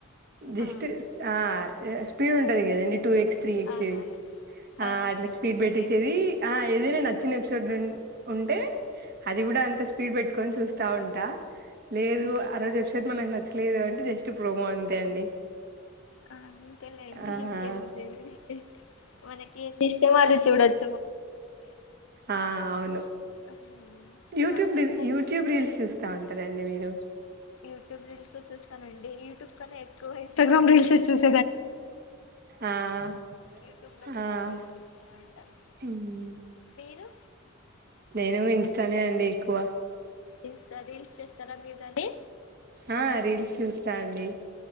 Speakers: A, on the right; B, on the left.
A: జస్ట్
B: ఆ
A: స్ ఆహ్. ఎస్. పీన్ంటది కదండి టూ ఎక్స్. త్రీ ఎక్స్
B: అవునవును ఆ
A: ఆహ్ అట్లా
B: స్కిప్
A: స్పీడ్
B: చేసుకొని
A: పెట్టేసేది. ఆహ్ ఏదైనచ్చ వచ్చిన ఎపిసోడ్లు ఉం ఉంటే అది కూడా అంత స్పీడ్ పెట్టుకని చూస్తా ఉంటా. లేదు
B: ఉమ్,
A: ఆ రోజు ఎపిసోడ్ మనం లేదు అంటే జస్ట్ ప్రోమో అంతే అండి.
B: కాదు. అంతేలేండి
A: ఆహా
B: ఇంకేముంది <unintelligible> మనకి ఎమి ఇష్టమో అది చూడచ్చు.
A: ఆహ్ అవును
B: ఉమ్,
A: యూట్యూబ్
B: మాకు నచ్చకపోతే
A: నిన్ యూట్యూబ్ రీల్స్ చూస్తా ఉంటానండి నేను.
B: యూట్యూబ్ రీల్స్ చూస్తానండి యూట్యూబ్ కంటే ఎక్కువ ఇంస్టాగ్రామ్ రీల్స్ చూస్.
A: ఆహ్
B: యూట్యూబ్ లో కూడా
A: ఆహ్.
B: రీల్స్ చూస్తా ఉంటాను
A: ఉమ్
B: మీరు
A: లే నేను ఇంస్టాగ్రామే అండి ఎక్కువ.
B: ఉమ్. రీల్స్ చేస్తారా మీరు దాని.
A: ఆహ్ రీల్స్ చూస్తా అండి.